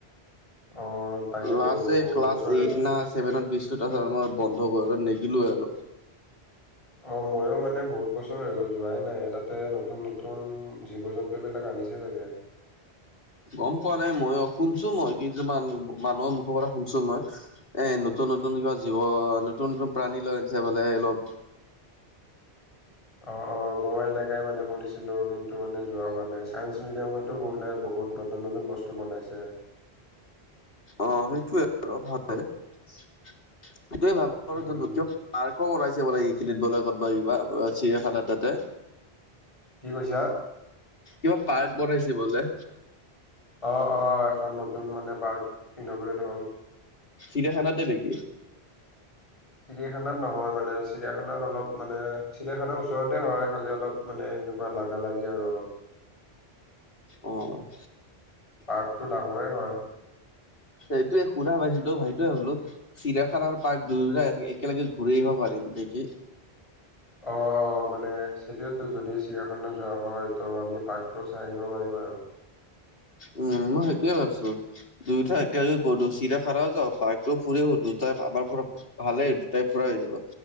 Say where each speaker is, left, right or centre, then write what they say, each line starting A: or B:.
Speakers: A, on the left; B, on the left.
A: অ তাকেতো
B: লাষ্ট এই
A: বহুত
B: ক্লাছ
A: বছৰ
B: এইট
A: হৈ গ'ল
B: না চছেভেনত গেইছো তাৰপিছত মই বন্ধ কৰি নিগিলো আৰু।
A: অ মইও মানে বহুত বছৰ হৈ গ'ল যোৱাই নাই তাতে নতুন নতুন জীৱ জন্তু- বিলাক আনিছে চাগে।
B: গম পোৱা নাই মইয়ো শুনছো মই কিছুমান মানুহৰ মুখৰ পৰা শুনছো মই। এ নতুন নতুন কিবা জীৱ নতুন নতুন প্ৰাণী লৈ আনিছে বোলে অলপ-
A: অঁ অঁ মই এনেকাই মানে শুনিছিলো কিন্তু মানে যোৱা হোৱা নাই। চাইন্স মিডিয়ামতো বোলে বহুত- নতুন নতুন বস্তু বনাইছে।
B: অঁ সেইটোয়ে আৰু ভাবে <unintelligible> সেইটোয়ে ভাবে আৰু
A: উম
B: দুতিয় পাৰ্ক <unintelligible> আকৌ বনাইছে বোলে এইখিনিত বোলে ক'ত বা কিবা চিৰিয়াখানা তাতে।
A: কি কৈছা?
B: কিবা পাৰ্ক বনাইছে বোলে।
A: অ অ এখন নতুন মানে পাৰ্ক ইনগোৰেট হ'ল।
B: চিৰিয়াখানাতে নেকি?
A: চিৰিয়াখানাত নহয় মানে চিৰিয়াখানাত অলপ মানে চিৰিয়াখানাৰ ওচৰতে হয় খালি অলপ- মানে এনেকুৱা লাগা লাগি আৰু অলপ।
B: অ
A: পাৰ্কটো ডাঙৰে হয়।
B: সেইটোৱে শুনা পাইছোঁ তো ভাইটোৱে বোলো। চিৰিয়াখানাৰ পাৰ্ক দুয়োৰে এ একেলগে ঘূৰি আহিবা পাৰিম নেকি
A: অঅ। অ মানে সেইটোৱেটো যদি চিৰিয়াখানা যোৱা হয় ত' আমি পাৰ্কটো চাই আহিব পাৰিম আৰু।
B: উম মই সেইটোয়ে ভাবছো। দুইটা একেলগে গলো চিৰিয়াখানাও যাওঁ পাইকটো ফুৰি আহো, দুইটা আমাৰ পৰা ভালেই দুটাই ফুৰা হৈ যাব।